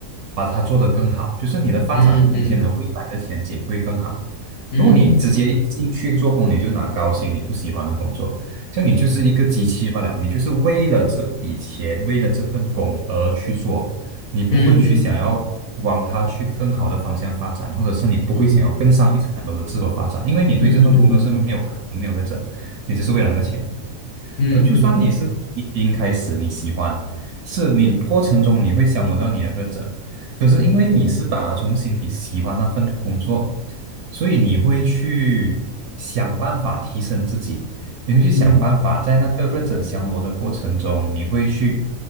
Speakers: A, on the right; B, on the left.
A: 把它做得更好，就是你的发展空间和未来的前景会更好。
B: 嗯嗯嗯嗯
A: 如果你直接一进去做工，你就拿高薪你不喜欢的工作，这样你就是一个机器罢了，你就是为了这笔钱，为了这份工而去做。你不会去想要往它去更好的方向发展，
B: 嗯嗯
A: 或者是你不会想要更上一层楼的自我发展，
B: 嗯
A: 因为你对这份工作是没有感情、
B: 嗯
A: 没有热忱，你只是为了那个钱。
B: 嗯
A: 而就算你是一零开始你喜欢，是你过程中你会消磨到你的热忱，可是因为你是打从心底喜欢那份工作，所以你会去想办法提升自己。你会去想办法，
B: 嗯
A: 在那个热忱消磨的过程中，你会去